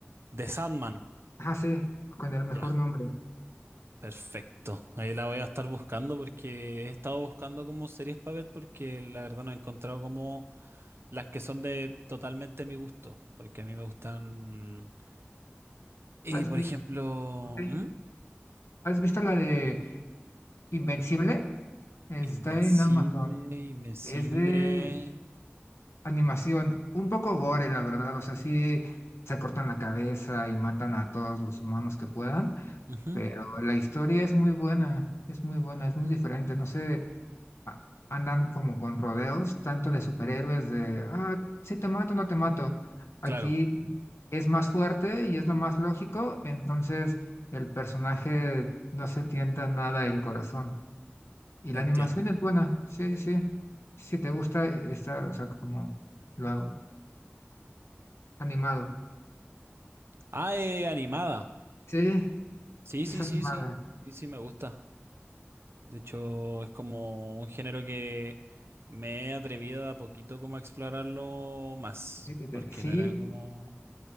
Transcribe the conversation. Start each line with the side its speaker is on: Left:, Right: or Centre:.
Right: The Sandman.
Left: Ah, sí, con el mejor
Right: Ya,
Left: nombre.
Right: perfecto. Ahí la voy a estar buscando porque he estado buscando como series para ver porque la verdad no he encontrado como las que son de totalmente mi gusto. Porque a mí me gustan... Y
Left: ¿Has
Right: por
Left: visto,
Right: ejemplo,
Left: ok,
Right: ¿Mm?
Left: ¿Has visto la de Invencible está
Right: Invencible,
Left: en Amazon.
Right: Invencible.
Left: Es de animación, un poco gore, la verdad. O sea, sí se cortan la cabeza y matan a todos los humanos que puedan,
Right: Ujú,
Left: pero la historia es muy buena, es muy buena, es muy diferente. No sé, a- andan como con rodeos, tanto de superhéroes, de, ah, sí te mato, no te mato. Aquí
Right: Claro,
Left: es más fuerte y es lo más lógico, entonces el personaje no se tienta nada el corazón. Y la
Right: entiendo.
Left: animación es buena, sí, sí, sí. Si te gusta, eh, está, o sea, como lo hago, animado.
Right: Ah, eh, animada.
Left: Sí,
Right: Sí,
Left: es
Right: sí,
Left: animada.
Right: sí, sí. Sí, sí, me gusta. De hecho, es como un género que me he atrevido de a poquito como a explorarlo más,
Left: Métete.
Right: porque
Left: Sí,
Right: no era como